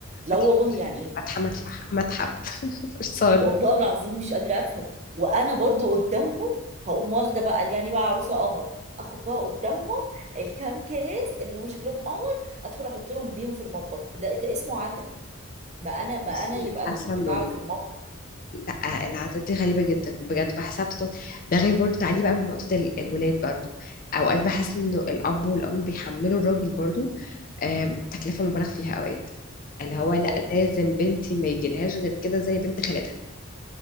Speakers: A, on the left; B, on the right.
A: فاتحه
B: لا والله يعني ايه
A: فاتحه متفح متحف <laughs> في الصاله
B: والله العظيم مش قادرة افهم وانا برضو قدامهم هقوم واخدة بقى يعني بقى عروسة قمر اخد بقى قدامهم الكام كاس اللي هم شكلهم قمر ادخل احط لهم بيهم في المطبخ ده ده اسمه عتن ما انا ما
A: بصي
B: انا يبقى البتاع
A: حاسه انه ال-
B: في المطبخ
A: لا العادات دي غريبه جدا بجد بحسها بتطلع ده غير برضو تعالي بقى من نقطه ال- الولاد برضو اوقات بحس
B: ايه
A: انه الاب والام بيحملوا الراجل برضو آم، تكلفه مبالغ فيها اوقات اللي هو لا
B: زي
A: لازم بنتي ما يجيلهاش غير كده زي بنت خالتها